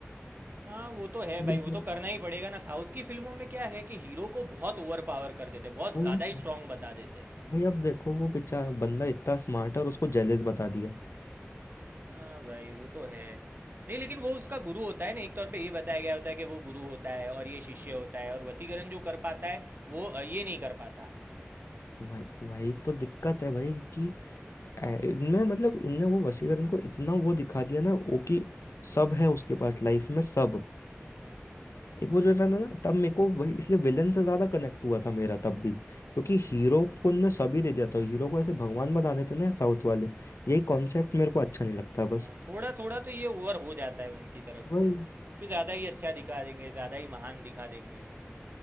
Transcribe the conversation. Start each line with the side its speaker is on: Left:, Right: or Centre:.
Right: हाँ वो तो है
Left: बिल्कुल।
Right: भाई वो तो करना ही पड़ेगा ना साउथ की फिल्मों में क्या है कि हीरो को बहुत ओवर पावर कर देते बहुत
Left: वही
Right: ज़्यादा
Left: ना
Right: ही स्ट्रांग बता देते
Left: भाई अब देखो वो बेचारा बंदा इतना स्मार्ट है और उसको जेलिस बता दिया
Right: हाँ भाई वो तो है नहीं लेकिन वो उसका गुरु होता है ना एक तौर पे ये बताया गया होता है कि वो गुरु होता है और ये शिष्य होता है और वसीकरण जो कर पाता है वो अ, ये नहीं कर पाता
Left: भाई वही तो दिक्कत है भाई कि ए- इनमें मतलब इनने वो वशीकरण इनको इतना वो दिखा दिया ना वो कि सब है उसके पास लाइफ में सब
Right: हम्म
Left: एक वो जो रहता ना तब मेरे को वही इसलिए विलन से ज्यादा कनेक्ट हुआ था मेरा तब भी क्योंकि हीरो को इनने सभी दे दिया था हीरो को ऐसे भगवान बना देते ना साउथ वाले यही कॉन्सेप्ट मेरे को अच्छा नहीं लगता
Right: हाँ,
Left: बस
Right: थोड़ा थोड़ा तो ये ओवर हो जाता है उनकी तरफ
Left: वही
Right: से कि ज़्यादा ही अच्छा दिखा देंगे ज़्यादा ही महान दिखा देंगे